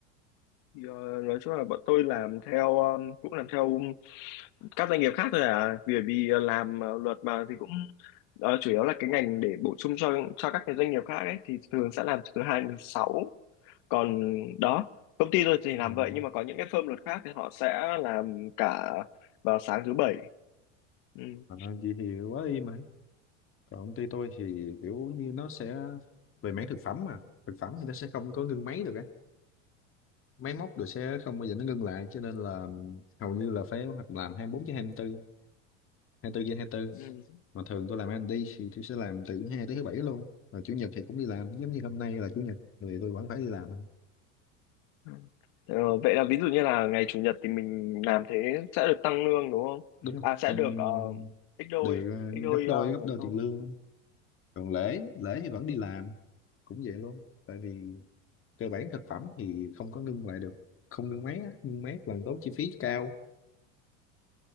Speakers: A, on the left; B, on the left.
A: Thì, ờ, nói chung là bọn tôi làm theo ờ, cũng làm theo các doanh nghiệp khác thôi à vì vì ờ, làm ờ, luật mà thì cũng ờ, chủ yếu là cái ngành để bổ sung cho cho các cái doanh nghiệp khác ấy thì thường sẽ làm từ thứ hai đến thứ sáu còn đó công ty tôi thì
B: mà
A: làm vậy nhưng mà có những cái firm luật khác thì họ sẽ làm cả vào sáng thứ bảy ừ.
B: mà nói vậy thì quá y mà còn công ty tôi thì kiểu như nó sẽ về mảng thực phẩm mà thực phẩm thì nó sẽ không có ngưng máy được á máy móc được sẽ không bao giờ nó ngưng lại cho nên là hầu như là phải hoặc làm 24 trên 24 24 trên 24
A: Ừ.
B: mà thường tôi làm ăn đi thì tôi sẽ làm từ thứ hai tới thứ bảy luôn và chủ nhật thì cũng đi làm giống như hôm nay là chủ nhật thì tôi vẫn phải đi làm
A: Ừ. Ờ, vậy là ví dụ như là ngày chủ nhật thì mình làm thế sẽ được tăng lương đúng không
B: đúng
A: à
B: không
A: sẽ
B: ăn
A: được ờ, ít đôi
B: được ờ,
A: ít đôi
B: gấp đôi
A: ờ,
B: gấp
A: ngày
B: đôi
A: công
B: tiền lương còn lễ lễ thì vẫn đi làm cũng vậy luôn tại vì cơ bản thực phẩm thì không có ngưng lại được không ngưng máy á ngưng máy càng tốn chi phí cao